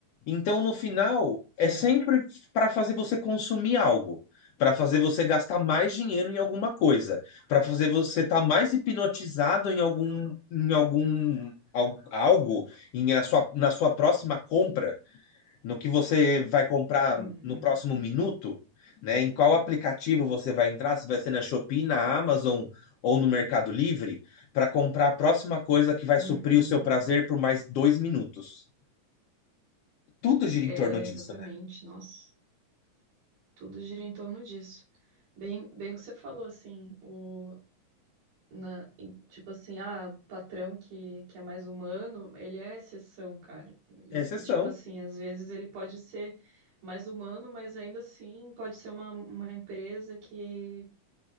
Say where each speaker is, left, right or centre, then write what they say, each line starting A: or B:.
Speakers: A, on the left; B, on the right.
A: Então, no final,
B: É.
A: é sempre para fazer você consumir algo para fazer você gastar mais dinheiro em alguma coisa, para fazer você estar mais hipnotizado em algum, em algum al- algo, em a sua, na sua próxima compra, no que você vai comprar
B: Uhum.
A: no próximo minuto, né? Em qual aplicativo você vai entrar, se vai ser na Shopee, na Amazon ou no Mercado Livre, para comprar a próxima coisa que vai
B: Uhum.
A: suprir o seu prazer por mais dois minutos. Tudo gira
B: É,
A: em torno disso,
B: exatamente.
A: né?
B: Nossa, tudo gira em torno disso. Bem, bem o que você falou, assim, o, na, em- tipo assim, ah, o patrão que, que é mais humano, ele é a exceção, cara. E,
A: É exceção.
B: e, tipo assim, às vezes ele pode ser mais humano, mas ainda assim pode ser uma, uma empresa que